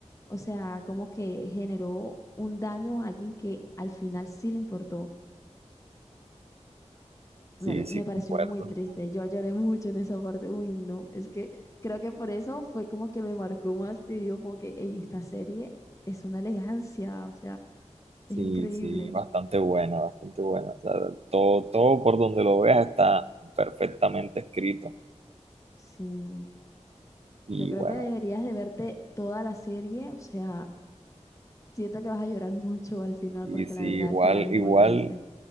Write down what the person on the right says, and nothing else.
Sí, sí,
concuerdo.
Sí,
sí, bastante buena, bastante buena. O sea, todo, todo por donde lo veas está perfectamente escrito.
Y
bueno,
y
si
igual,
igual,